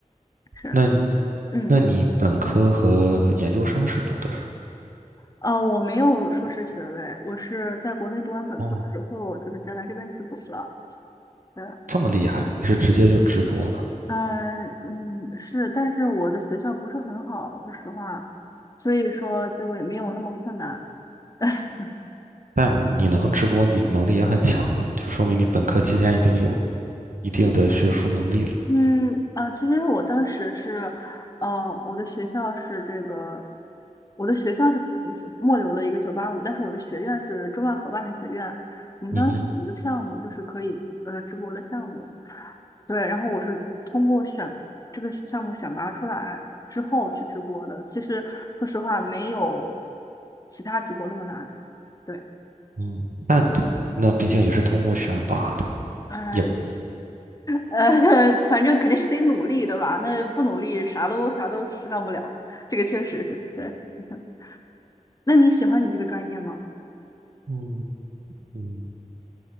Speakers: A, on the left (about 25°); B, on the right (about 80°).
A: 是，
B: 那你
A: 嗯，
B: 那你本科和研究生是读的什么？
A: 呃，我没有硕士学位，我是在国内读完本科之后，
B: 哦，
A: 就是直接来这边直博了。对，
B: 这么厉害，你是直接就直播了。嗯
A: 嗯嗯，是，但是我的学校不是很好，说实话，所以说就也没有那么困难。<laughs>
B: 但你能直播，你能力也很强了，就说明你本科期间已经有一定的学术能力了。
A: 嗯，啊，其实我当时是，呃，我的学校是这个，我的学校是是末流的一个九八五，但是我的学院是中外合办的学院。我们当时有个项目就是可以呃直播的项目，
B: 嗯哼，
A: 对，然后我是通过选这个项目选拔出来之后去直播的。其实说实话，没有其他直播那么难。对，
B: 嗯，但那毕竟也是通过选拔的，
A: 呃，
B: 也，
A: 呃，反正肯定是得努力，的吧？那不努力，啥都啥都上不了。这个确实是对。<laughs> 那你喜欢你这个专业吗？
B: 嗯嗯，